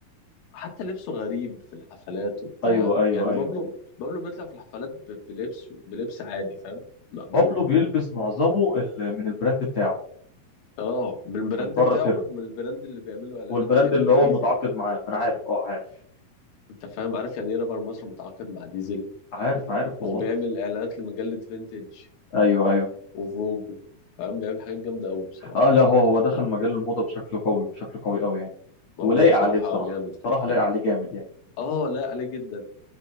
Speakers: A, on the left; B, on the left.
A: حتى لبسه غريب في الحفلات وبتاع
B: ايوه ايوه
A: يعني
B: ايوه
A: بابلو
B: ايوه
A: بابلو بيطلع في الحفلات ب- بلبسه بلبس عادي فاهم مقبول
B: بابلو بيلبس معظمه ال- من البراند بتاعه
A: اه من البراند
B: من بره
A: بتاعه
B: سر
A: من البراند اللي بيعمله اعلانات
B: والبراند
A: بيعمل
B: اللي
A: لديزل
B: هو متعاقد معاه ما انا عارف اه عارف
A: انت فاهم عارف يعني ايه رابر مصر متعاقد مع ديزل
B: عارف عارف والله
A: وبيعمل اعلانات لمجلة فينتج
B: ايوه ايوه
A: وفوجو فاهم بيعمل حاجات جامدة أوي بصراحة
B: اه لا هو هو دخل مجال الموضه بشكل قوي بشكل قوي قوي يعني
A: بابلو
B: ولايق
A: بصراحة
B: عليه بصراحه
A: جامد في
B: بصراحه
A: الحتة
B: لايق
A: دي
B: عليه جامد يعني
A: اه لا عليه جدا